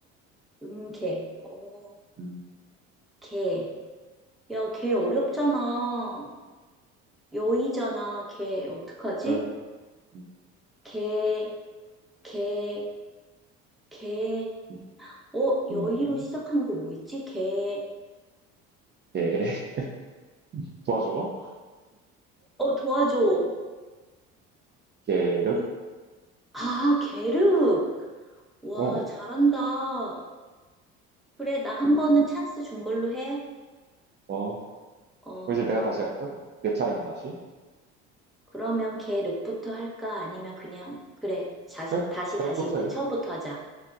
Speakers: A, in the centre; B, on the right (about 30°).
A: 음계. 어,
B: 음.
A: 개. 야, 개 어렵잖아. 여의잖아, 개. 어떡하지?
B: 음. 음.
A: 개, 개, 개.
B: 음.
A: 어, 여의로
B: 음.
A: 시작한 거 뭐 있지? 개.
B: 개. <laughs> 도와줘.
A: 어, 도와줘. 뭐
B: 계륵.
A: 있- 아, 게륵. 와,
B: 어.
A: 잘한다. 그래, 나 한 번은 찬스 준 걸로 해.
B: 어.
A: 어,
B: 그럼 이제 내가 다시 할까? 내 차례인가 다시?
A: 그러면 게륵부터 할까? 아니면 그냥, 그래, 다시,
B: 그래.
A: 다시,
B: 트랙부터
A: 다시, 우리
B: 해.
A: 처음부터 하자.